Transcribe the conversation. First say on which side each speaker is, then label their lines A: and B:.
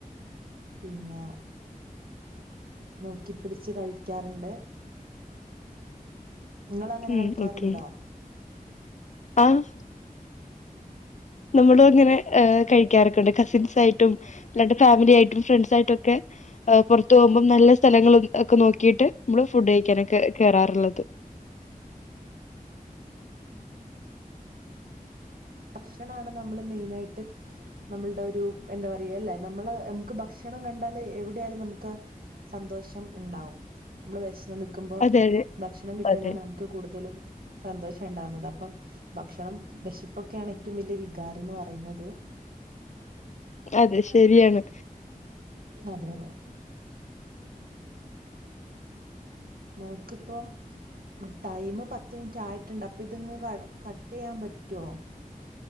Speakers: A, on the right; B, on the left.
A: പിന്നെ നോക്കിപ്പിടിച്ച് കഴിക്കാറുണ്ട്. നിങ്ങളങ്ങനെ
B: ഉം
A: കഴിക്കാറുണ്ടോ?
B: ഓക്കെ ആഹ് നമ്മളും അങ്ങനെ കഴിക്കാറൊക്കുണ്ട് കസിൻസ് ആയിട്ടും അല്ലാണ്ട് ഫാമിലി ആയിട്ടും ഫ്രണ്ട്സ് ആയിട്ടും ഒക്കെ പുറത്തു പോകുമ്പോ നല്ല സ്ഥലങ്ങളും ഒക്കെ നോ ക്കീട്ട് മ്മള് ഫുഡ് കഴിക്കാ കേറാറിള്ളത്.
A: ഭക്ഷണാണ് നമ്മള് മെയിനായിട്ട് നമ്മളുടെ ഒരു എന്താ പറയാ ല്ലേ നമ്മള് നമുക്ക് ഭക്ഷണം കണ്ടാല് എവിടെയാലും നമുക്ക് സന്തോഷം ഇണ്ടാവും നമ്മള് വെശ ന്ന് നിൽക്കുമ്പോ
B: അതെ അതെ
A: ഭക്ഷണം കിട്ട്യാലാണ്
B: അതെ
A: നമുക്ക് കൂടുതലും സന്തോഷം ഉണ്ടാവുന്നത് അപ്പം ഭക്ഷണം വെശ പ്പൊക്കെയാണ് ഏറ്റോം വല്ല്യ വികാരന്ന് പറയുന്നത്.
B: അതെ ശരിയാണ്.
A: അതെ അതെ. നമുക്കിപ്പം ടൈമ് പത്ത് മിനിറ്റ് ആയിട്ടുണ്ട് അപ്പോ ഇതങ്ങ് ക കട്ടെയ്യാൻ പറ്റോ?